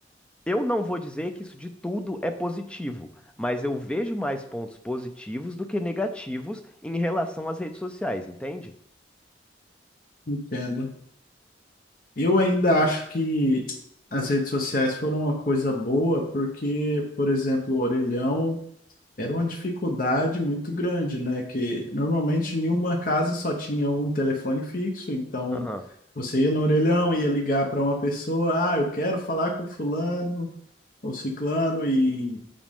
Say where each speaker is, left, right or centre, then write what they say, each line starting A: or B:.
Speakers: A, in the centre; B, on the left.
A: Eu não vou dizer que isso de tudo é positivo, mas eu vejo mais pontos positivos do que negativos em relação às redes sociais, entende?
B: entendo. Eu ainda acho que as redes sociais foram uma coisa boa, porque, por exemplo, o orelhão era uma dificuldade muito grande, né? Que normalmente nenhuma casa só tinha um telefone fixo, então
A: Aham.
B: você ia no orelhão, ia ligar para uma pessoa, ah, eu quero falar com fulano ou ciclano, e